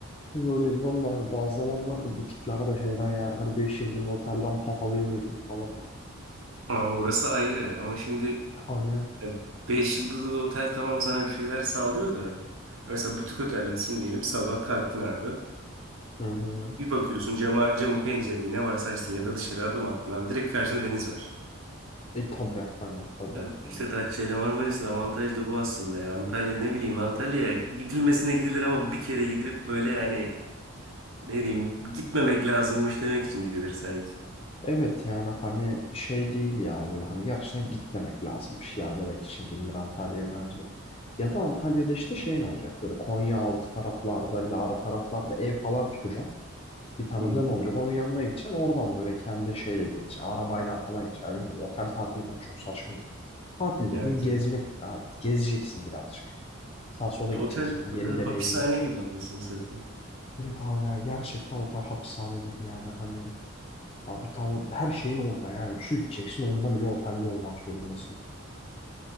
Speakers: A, on the left; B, on the right.
A: böyle diyorsun da hani bazı zamanlarda butiklerde de şeyden yani hani 5 yıldız otelden pahalıya veriyor falan. da.
B: Abi orası ayrı ama şimdi
A: Hani
B: e, 5 yıldızlı otel tamam sana bir şeyler sağlıyor da. Mesela butik oteldesin diyelim sabah kalktın abi.
A: hı hı.
B: Bir bakıyorsun cama, camın pencereyi ne varsa açtın ya da dışarı adım attın abi. Direkt karşında deniz var.
A: E tabii hani tabii
B: Ya İşte
A: hani.
B: Datça ile Marmaris'in avantajı da bu aslında ya. Antalya ne bileyim Antalya gidilmesine gidilir ama bir kere gidilip böyle yani ne diyeyim gitmemek lazımmış demek için gidilir sanki.
A: Evet yani hani şey değil ya böyle hani yarışına gitmemek lazımmış ya demek için gelir Antalya'ya bence de. Ya da Antalya'da işte şey ne olacak böyle Konyaaltı taraflarda, Lara taraflarda ev falan tutacak. Bir tanıdığın
B: Hmm.
A: olacak onun yanına gideceksin oradan böyle kendi şeyle geleceksin arabayla falan gideceksin bilmiyorum otel tatili bana çok saçma geliyor. Tatil
B: Evet,
A: dediğin gezmektir
B: evet.
A: abi gezeceksin birazcık. Sağ sola gideceksin
B: Otel, otel
A: yeni deneyimler.
B: hapishane gibi anasını satayım.
A: Evet abi yani gerçekten otel hapishane gibi yani hani ya bir tane her şeyin orada yani şu içeceksin onda bile otelli olmak zorundasın.